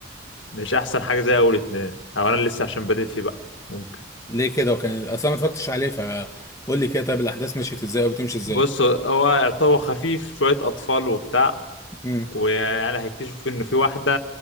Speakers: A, on the left; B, on the left.
A: مش أحسن حاجة زي أول اتنين أو أنا لسه عشان بادئ فيه بقى ممكن
B: ليه كده وكان أصلا ما اتفرجتش عليه فقول لي كده طيب الأحداث مشيت إزاي أو بتمشي إزاي
A: بص هو هو خفيف شوية أطفال وبتاع
B: مم.
A: ويعني هيكتشفوا ان في واحده